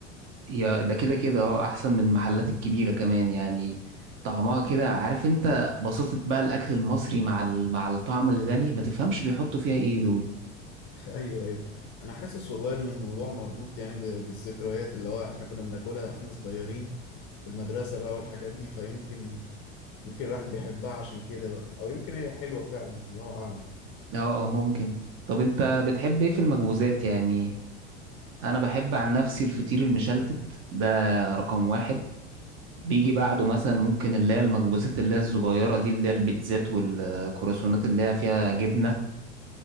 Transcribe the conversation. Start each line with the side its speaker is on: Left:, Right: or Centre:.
Right: يا ده كده كده اه احسن من المحلات الكبيره كمان يعني طعمها كده عارف انت بساطة بقى الاكل المصري مع ال... مع الطعم الغني ما تفهمش بيحطوا فيها ايه دول
Left: <laughs> ايوه ايوه انا حاسس والله ان الموضوع مربوط يعني ب- بالذكريات اللي هو احنا كنا بناكلها واحنا صغيرين في المدرسة بقى والحاجات دي فيمكن يمكن الواحد بيحبها عشان كده بقى او يمكن هي حلوة فعلا الله اعلم
Right: اه ممكن طب انت بتحب ايه في المخبوزات يعني انا بحب عن نفسي الفطير المشلتت ده رقم واحد بيجي بعده مثلا ممكن اللي هي المخبوزات اللي هي الصغيره دي اللي هي البيتزات والكرواسونات اللي هي فيها جبنه